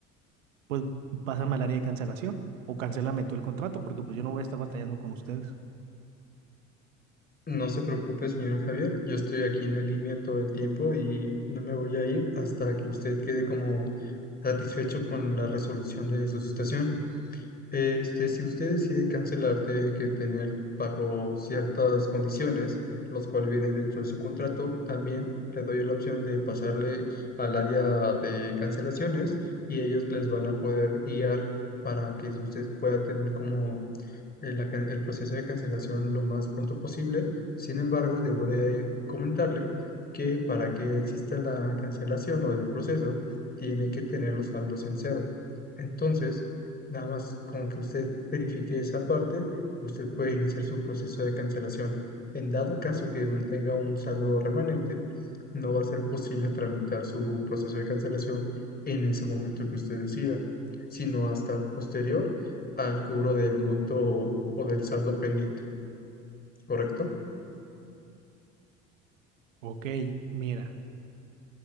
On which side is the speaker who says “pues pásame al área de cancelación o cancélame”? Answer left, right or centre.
Right